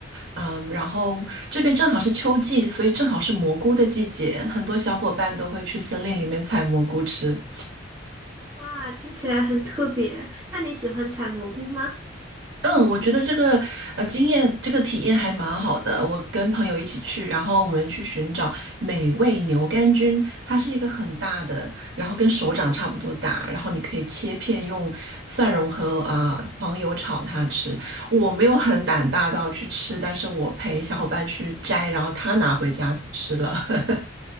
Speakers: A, on the right (about 55°); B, on the right (about 15°).
A: 嗯，然后这边正好是秋季，所以正好是蘑菇的季节，很多小伙伴都会去森林里面采蘑菇吃。
B: 哇，听起来很特别，那你喜欢采蘑菇吗？
A: 嗯，我觉得这个呃经验，这个体验还蛮好的。我跟朋友一起去，然后我们去寻找美味牛肝菌，它是一个很大的，然后跟手掌差不多大，然后你可以切片用蒜蓉和啊、呃黄油炒它吃。我没有很胆大到去吃，但是我陪小伙伴去摘，然后他拿回家去吃了。<laughs>